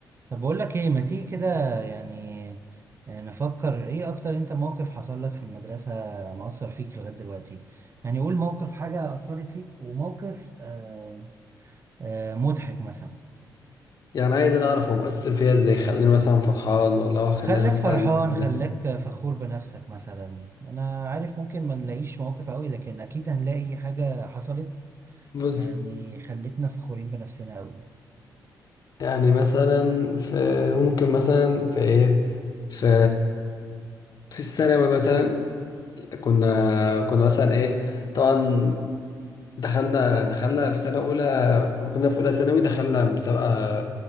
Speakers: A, on the right; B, on the left.
A: طب بقول لك ايه ما تيجي كده يعني آه، نفكر ايه اكتر انت موقف حصل لك في المدرسة مأثر فيك لغاية دلوقتي يعني قول موقف حاجة أثرت فيك وموقف آه آه مضحك مثلا
B: يعني عايز اعرف هو مؤثر فيها ازاي خلاني مثلا فرحان ولا هو خلاني
A: خلاك
B: مثلا
A: فرحان
B: زعلان.
A: خلاك فخور بنفسك مثلا انا عارف ممكن ما نلاقيش مواقف قوي لكن اكيد هنلاقي حاجة حصلت
B: بص
A: يعني خلتنا فخورين بنفسنا قوي
B: يعني مثلا في ممكن مثلا في ايه في في الثانوي مثلا كنا كنا مثلا ايه طبعا دخلنا دخلنا في سنة أولى ما كنا في أولى ثانوي دخلنا مسابقة